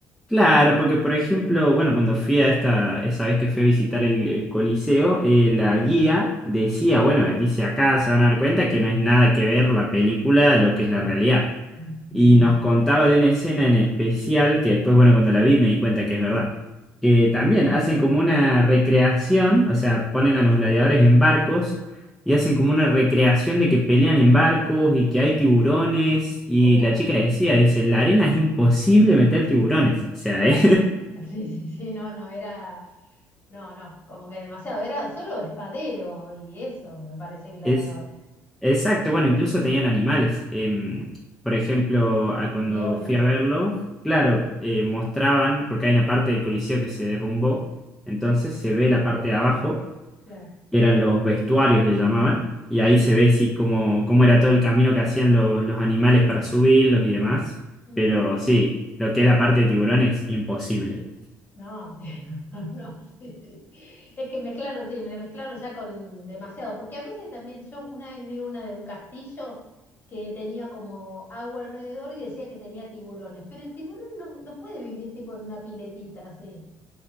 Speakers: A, in the centre; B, on the left (about 35°).
A: Claro, porque por ejemplo, bueno, cuando fui a esta, esa vez que fui a visitar el, el Coliseo, eh, la guía decía, bueno, dice acá se van a dar cuenta que no es nada que ver la película a lo que es la realidad.
B: <laughs>
A: Y
B: Ujú.
A: nos contaba de una escena en especial, que después, bueno, cuando la vi me di cuenta que es verdad, que
B: Ujú.
A: también hacen como una recreación, o sea, ponen a los gladiadores en barcos y hacen como una recreación de que pelean en barcos y que hay tiburones. Y
B: Oh,
A: la chica decía, dice, en la arena es imposible meter tiburones. O sea,
B: claro.
A: <laughs> eh,
B: <laughs> Sí, sí, sí, no, no, era, no, no, como que demasiado, era solo espadeo y eso, me parece Gladiador.
A: es exacto. Bueno, incluso tenían animales. Em, por ejemplo, a cuando
B: Leones,
A: fui a verlo, claro, eh, mostraban, porque hay una parte del Coliseo que se derrumbó, entonces se ve la parte de abajo.
B: claro,
A: que eran los vestuarios, le llamaban, y ahí
B: sí.
A: se ve sí cómo, cómo era todo el camino que hacían los, los animales para subirlos y demás,
B: Ujú.
A: pero sí, lo que es la parte de tiburón es imposible.
B: No, te- <laughs> no, sí, sí. Es que mezclaron, sí, me la mezclaron ya con demasiado. Porque a veces también, yo una vez vi una de un castillo que tenía como agua alrededor y decía que tenía tiburones. Pero el tiburón no, no puede vivir tipo en una piletita así.